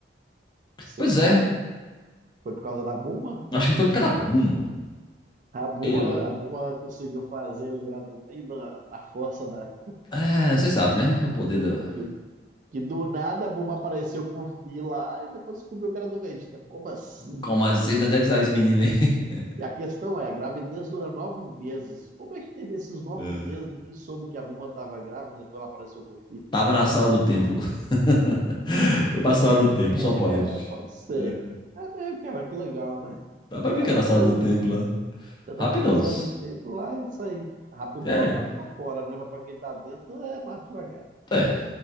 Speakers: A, on the right (about 45°); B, on the left (about 25°).
A: Você
B: Pois
A: sabe?
B: é,
A: Foi por causa da Bulma?
B: acho que foi por causa da Buma.
A: A Bulma,
B: Ele.
A: a Bulma conseguiu fazer ele virar do bem na, na força da.
B: É, você sabe, né? O poder do.
A: Que, que do nada a Bulma apareceu com o Fi lá e depois descobriu que era do Vegeta. Como assim?
B: Como assim? De onde é que saiu esse menino aí? <laughs>
A: E a questão é, a gravidez dura nove meses. Como é que teve esses nove
B: É.
A: meses? Ninguém soube que a Bulma estava grávida, depois ela apareceu com o filho.
B: Tava na sala do templo. <laughs> Foi pra sala do templo,
A: É,
B: só pode.
A: pode ser.
B: É,
A: É mesmo, cara, que legal, né?
B: Dá pra
A: Dá
B: ficar
A: pra
B: na
A: ter
B: sala do
A: um,
B: tempo lá.
A: Dá
B: Rapidosos.
A: pra ficar só do tempo lá e sair. Rapidão
B: É,
A: é pra quem tá fora, né? Mas pra quem tá dentro é mais devagar.
B: é.